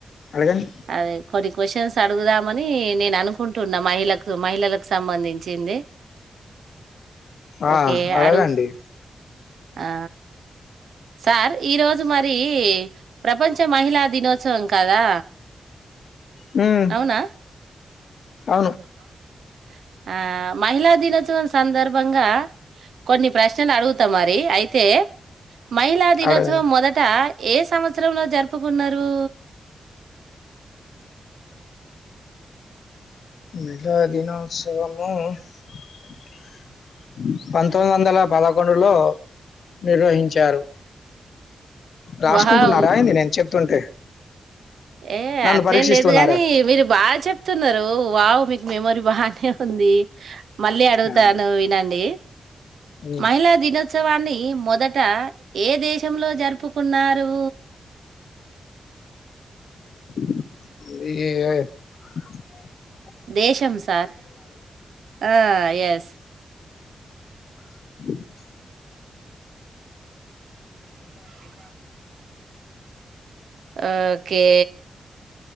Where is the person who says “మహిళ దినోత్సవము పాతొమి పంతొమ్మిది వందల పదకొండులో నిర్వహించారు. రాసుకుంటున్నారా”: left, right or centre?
Left